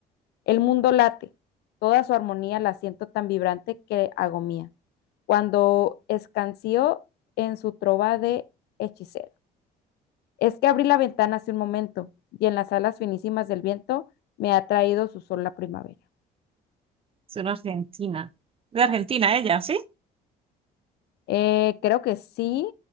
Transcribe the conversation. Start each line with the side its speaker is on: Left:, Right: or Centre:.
Left: El mundo late, toda su armonía la siento tan vibrante que hago mía, cuando escanció en su trova de hechicero. Es que abrí la ventana hace un momento y en las alas finísimas del viento me ha traído su sol la primavera.
Right: Es una argentina. De Argentina ella, ¿sí?
Left: Eh, creo que sí,